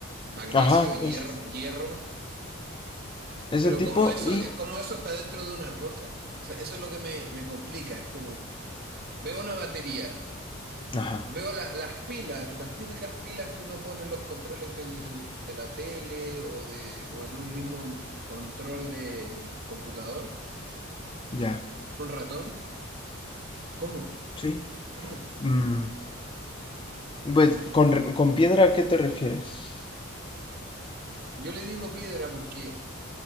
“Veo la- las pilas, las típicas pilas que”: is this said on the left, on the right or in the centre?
Right